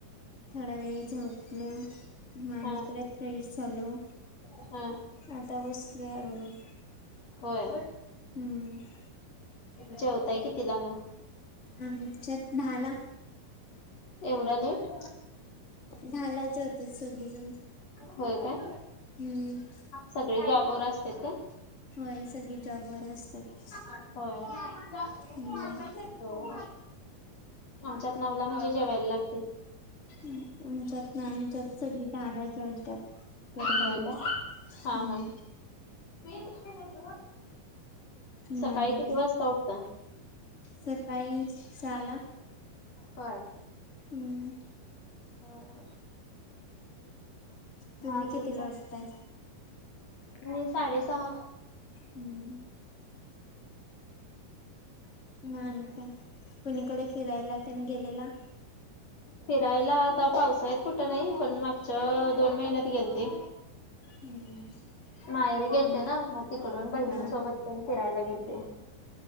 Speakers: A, on the left; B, on the left.
A: थोडा वेळ झोपलो आणि
B: हम्म. हा.
A: परत फ्रेश झालो.
B: हा!
A: आता बसलोय आवरून.
B: होय,
A: हम्म
B: जेवताय कितिला मग?
A: आमच्यात दाहाला
B: एवढा लेट.
A: दाराला जेवतात, सगळेजण.
B: होय काय?
A: हम्म.
B: सगळे जॉबवर असत्यात काय?
A: होय सगळे जॉब बर असतात.
B: होय!
A: हम्!
B: हो. आमच्यात नवला म्हणजे जेवायला लागतय.
A: आमच्यात नाय आमच्यात सगळी बाराला जेवतात. गरम
B: होय
A: गरम,
B: काय?
A: हम!
B: हा हा. <inaudible> सकाळी
A: नंतर
B: किती वाजता उठता?
A: सकाळी सहाला.
B: होय.
A: हम्म!
B: बरोबर.
A: तुम्ही
B: अजून
A: कितीला
B: काय?
A: उठताय?
B: मी साडेसहा.
A: हम्म! म आणि काय कुणीकडे फिरायला तेन गेलेला?
B: फिरायला आता पावसाळ्यात कुठं नाही पण मागच्या दोन महिन्यात गेलते.
A: हम्म!
B: माहेरी गेलते
A: हम्म
B: ना, मग तिकडून बहिणींन
A: हा
B: सोबत तेन फिरायला गेलते.